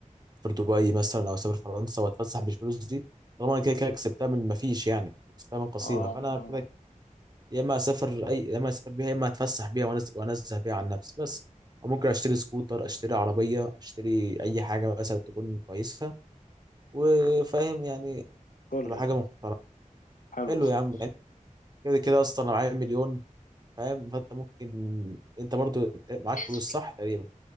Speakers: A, on the right; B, on the left.
A: في دبي مثلا او اسافر فرنسا واتفسح بالفلوس دي طالما انا كده كده كسبتها من ما فيش يعني كسبتها من قسيمه
B: اه
A: فانا
B: اه
A: كده يا اما اسافر اي يا اما اسافر بيها يا اما اتفسح بيها وأنز- وانزه بيها عن نفسي بس أو ممكن اشتري سكوتر اشتري عربيه اشتري اي حاجه مثلا تكون كويسه وفاهم يعني
B: كل
A: تبقى حاجه
B: ده
A: محترمه
B: حلو
A: حلو يا
B: خالص
A: عم كده كده اصلا لو معايا مليون فاهم فانت ممكن انت برضو معاك
B: لازم
A: فلوس
B: تجيب
A: صح تقريبا